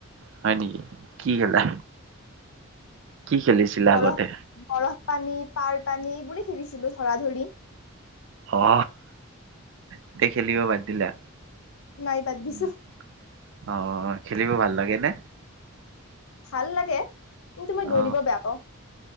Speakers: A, on the right; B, on the left.
A: হয় নেকি কি খেলা কি খেলিছিলা
B: বৰফ
A: আগতে
B: বৰফ পানীত পাৰ পানী এইবোৰে খেলিছিলো ধৰা ধৰি
A: অ এতিয়া খেলিব বাদ দিলা
B: নাই বাদ দিছো
A: উম অ খেলিব ভাল লাগে নে
B: ভাল লাগে কিন্তু মই
A: অ
B: দৌৰিব বেয়া পাও